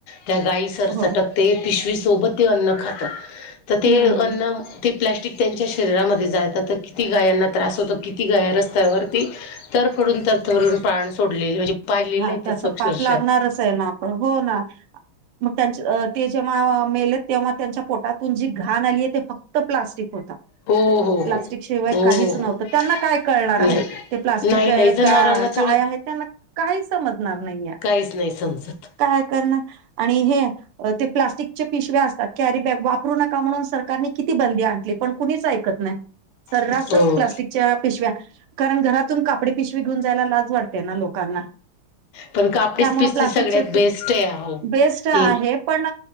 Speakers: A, on the left; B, on the right.
A: त्या गायीसर
B: हो
A: सटक ते पिशवी सोबत ते अन्न खात तर
B: हम्म
A: ते अन्न ते प्लॅस्टिक त्यांच्या शरीरामध्ये जात तर किती गायांना त्रास होतो किती गाय रस्त्यावरती? तर पडून तर थरून पाण सोडले म्हणजे? पाहिलेलं
B: हा
A: आहे
B: त्याचा
A: तसं अक्षरशः
B: पाप लागणारच आहे ना आपण हो ना! मग त्यां ते जेव्हा मेल तेव्हा त्यांच्या पोटातून जी घाण आली आहे ते फक्त. फक्त प्लास्टिक होता
A: हो हो हो
B: प्लास्टिक शिवाय
A: हो
B: काहीच
A: हो
B: नव्हतं त्यांना काय कळणार
A: नाही
B: आहे. ते प्लास्टिक
A: नाही
B: आहे
A: नाही जनावरांना
B: का काय
A: थोडी
B: आहे त्यांना. काही समजणार नाही या
A: काहीच नाही समजत.
B: काय करणार आणि हे ते प्लास्टिकचे पिशव्या असतात कॅरी बॅग वापरू नका म्हणून सरकारनी किती बंदी आणली पण कुणीच ऐकत नाही सर्रास
A: हो
B: प्लास्टिकच्या पिशव्या कारण घरातून कापडे पिशवी घेऊन जायला लाज वाटते लोकांना
A: पण कापडीच
B: त्यामुळे
A: पिसची
B: प्लास्ट
A: सगळ्यात बेस्ट आहे अहो.
B: बेस्
A: हे
B: आहे पण